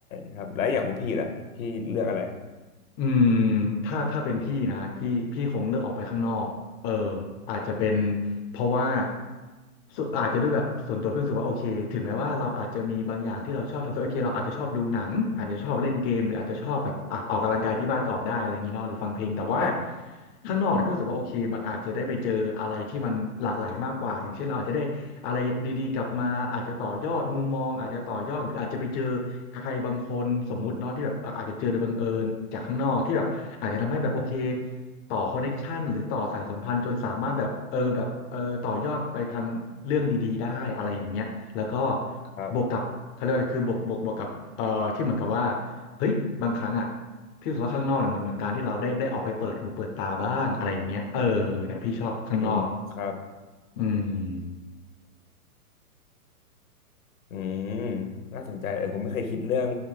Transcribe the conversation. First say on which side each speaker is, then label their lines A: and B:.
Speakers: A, on the left; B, on the left.
A: ครับแล้วอย่างของพี่ล่ะพี่เลือกอะไร
B: อืมถ้าถ้าเป็นพี่นะพี่พี่คงเลือกออกไปข้างนอกเอออาจจะเป็นเพราะว่าสุดอาจจะด้วยแบบส่วนตัวพี่รู้สึกว่าโอเคถึงแม้ว่าเราอาจจะมีบางอย่างที่เราชอบทำส่วนโอเคเราอาจจะชอบดูหนังอาจจะชอบเล่นเกมหรืออาจจะชอบแบบอ่ะออกกำลังกายที่บ้านก็ออกได้อะไรอย่างงี้เนาะหรือฟังเพลงแต่ว่า
A: ครับ
B: ข้างนอกเนี่ยพี่รู้สึกว่าโอเคมันอาจจะได้ไปเจออะไรที่มันหลากหลายมากกว่าอย่างเช่นเราอาจจะได้ อะไรดีๆกลับมาอาจจะต่อยอดมุมมองอาจจะต่อยอดหรืออาจจะไปเจอใครบางคนสมมุติเนาะที่แบบเอ่ออาจจะเจอโดยบังเอิญจากข้างนอกที่แบบอาจจะทำให้แบบโอเคต่อคอนเน็กชันหรือต่อสายสัมพันธ์จนสามารถแบบเออแบบเออต่อยอดไปทางเรื่องดีๆได้อะไรอย่างเงี้ยแล้วก็
A: ครับ
B: บวกกับเขาเรียกว่าอะไรคือบวกบวกบวกกับเอ่อที่เหมือนกับว่าเฮ้ยบางครั้งอ่ะพี่รู้สึกว่าข้างนอกเนี่ยเหมือนเหมือนการที่เราได้ได้ออกไปเปิดหูเปิดตาบ้างอะไรอย่างเงี้ยเออเนี่ยพี่ชอบข้างนอก
A: อืมครับ
B: อืม
A: อืมน่าสนใจเออผมไม่เคยคิดเรื่อง